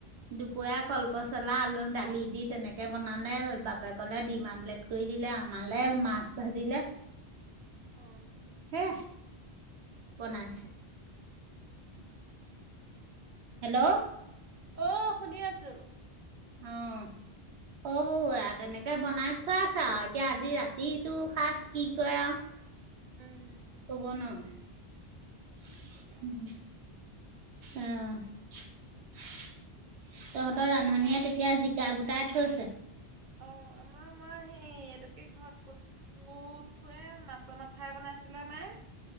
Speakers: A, on the right (about 80°); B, on the right (about 55°).
A: দুপৰীয়া কলপচলা
B: অ
A: আলু দালি দি তেনে কে বনালে বাপেকলে ডিম আমলেট কৰি দিলে, আমালে মাছ ভাজিলে।
B: অঁ।
A: হে বনাইছে। হেল্ল।
B: অঁ শুনি আছো।
A: অঁ। হ'বৌ তেনেকে বনাই খোৱাছে আও এতিয়া আজি ৰাতিটো সাজ কি কৰে আও।
B: উম।
A: কব নোৱাৰো
B: তাকেহে
A: উম। অঁ, তহঁতৰ
B: মই
A: ৰান্ধনীয়ে
B: সেই মই
A: তেতিয়া যি গা গোটাই থৈছে।
B: অঁ আমাৰ মই সেই এইটোকে ঘৰত ক চু উঠোৱে মাছৰ মাথা বনাইছিলে মায়ে,